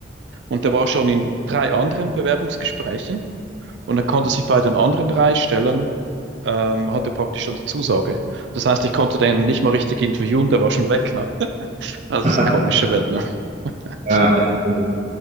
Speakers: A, on the right; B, on the right.
A: und der war schon in drei anderen Bewerbungsgesprächen und er konnte sich bei den anderen drei Stellen, ähm, hatte praktisch schon die Zusage. Das heißt, ich konnte den nicht mal richtig interviewen, der war schon weg, ne? Also,
B: <laughs>
A: das ist eine komische Welt, ne? <laughs>
B: Ja, echt cool.